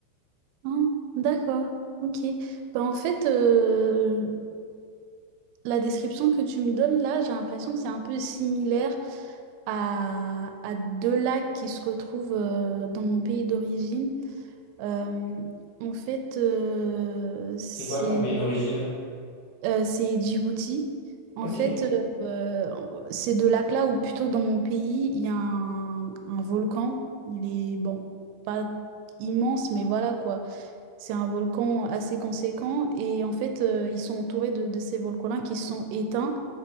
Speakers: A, on the right; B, on the left.
A: Hein d'accord, ok. Bah, en fait, euh, la description que tu me donnes là, j'ai l'impression que c'est un peu similaire à, à deux lacs qui se retrouvent euh, dans mon pays d'origine. Euh, en fait, euh, c'est
B: C'est quoi ton pays d'origine?
A: euh, c'est Djibouti. En
B: OK.
A: fait, euh, euh, ces deux lacs-là, ou plutôt dans mon pays, il y a un, un volcan. Il est, bon, pas immense, mais voilà quoi. C'est un volcan assez conséquent. Et en fait, euh, ils sont entourés de, de ces volcans-là qui sont éteints.